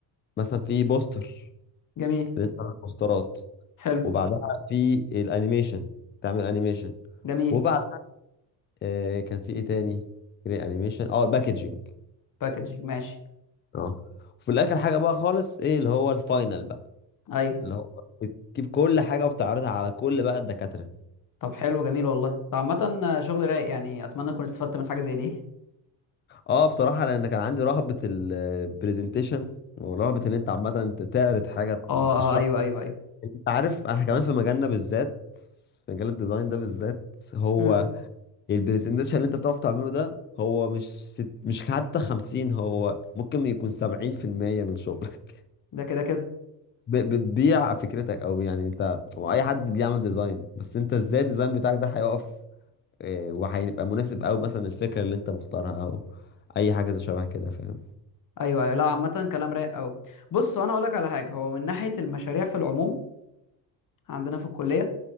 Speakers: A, on the left; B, on the left.
A: مثلا في بوستر
B: جميل
A: اللي انت تعمل بوسترات
B: حلو
A: وبعدها في الانيميشن تعمل انيميشن
B: جميل
A: وبعد آه كان في ايه تاني جرين انيميشن اه باكجينج
B: باكجينج ماشي
A: اه وفي الاخر حاجه بقى خالص ايه اللي هو الفاينل بقى
B: ايوه
A: اللي هو بتجيب كل حاجه وبتعرضها على كل بقى الدكاتره
B: طب حلو جميل والله ده عامة شغل رايق يعني اتمنى اكون استفدت من حاجة زي دي <laughs>
A: اه بصراحه لان كان عندي رهبه البرزنتيشن ورهبه ان انت عامه انت تعرض حاجه
B: اه
A: وتشرح
B: اه ايوه ايوه ايوه
A: انت عارف احنا كمان في مجالنا بالذات في مجال الديزاين ده بالذات هو
B: امم
A: البرزنتيشن اللي انت بتعرف تعمله ده هو مش ست مش حتى 50 هو ممكن يكون 70% من شغلك
B: ده كده كده
A: ب- بتبيع فكرتك او يعني انت واي حد بيعمل ديزاين بس انت ازاي الديزاين بتاعك ده هيقف آه، وهيبقى مناسب قوي مثلا الفكره اللي انت مختارها او اي حاجه زي شبه كده فاهم
B: ايوه ايوه لا عامه كلام رايق قوي بص وانا اقول لك على حاجه هو من ناحيه المشاريع في العموم عندنا في الكليه